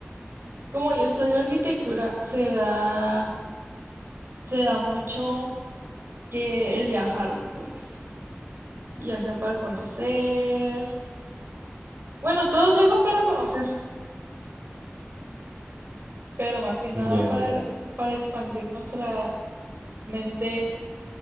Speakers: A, on the right; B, on the right.
A: Como yo estudio arquitectura, se da, se da mucho que el viajar, pues, ya sea para conocer. Bueno, todos viajan para conocer, pero más que nada
B: Ya,
A: para,
B: ya, ya.
A: para expandir nuestra mente